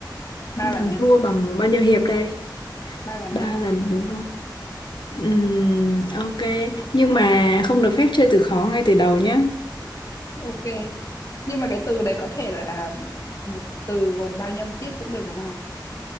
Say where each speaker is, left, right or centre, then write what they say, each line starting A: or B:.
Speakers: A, on the left (about 45°); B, on the left (about 75°).
A: ba lần
B: thắng
A: nhá.
B: thua bằng bao nhiêu hiệp đây?
A: Ba lần
B: Ba
A: nhá.
B: lần đúng không? Ừm, ok, nhưng mà không được phép chơi từ khó ngay từ đầu nhé.
A: Ok. Nhưng mà cái từ đấy có thể là một từ gồm bao nhiêu âm tiết cũng được đúng không?